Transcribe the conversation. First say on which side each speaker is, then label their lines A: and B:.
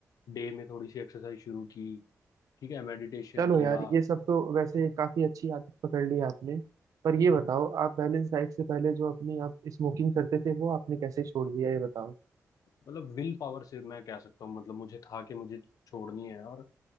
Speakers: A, on the left (about 80°); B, on the right (about 75°).
A: डे में थोड़ी सी एक्सरसाइज शुरू की ठीक है मेडिटेशन
B: चलो
A: किया
B: यार ये सब तो वैसे काफी अच्छी आदत पकड़ ली आपने पर ये बताओ आप बैलेंस डाइट से पहले जो अपनी आप स्मोकिंग करते थे वो आपने कैसे छोड़ दिया ये बताओ
A: मतलब विल पावर से मैं कह सकता हूँ मतलब मुझे था कि मुझे छोड़नी है और अ,